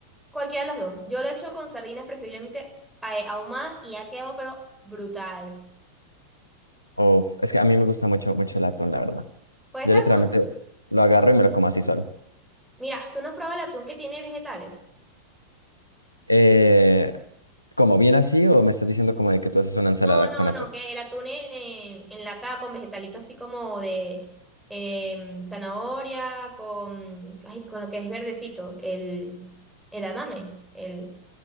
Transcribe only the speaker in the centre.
Cualquiera de las dos. Yo lo he hecho con sardinas preferiblemente ah, eh, ahumadas y ha quedado pero brutal.
Puede
ser
atún.
Mira, ¿tú no has probado el atún que tiene vegetales?
No, no,
no, que el atún en, en- enlatado con vegetalitos así como de em, zanahoria, con, ay, con lo que es verdecito, el edamame, el,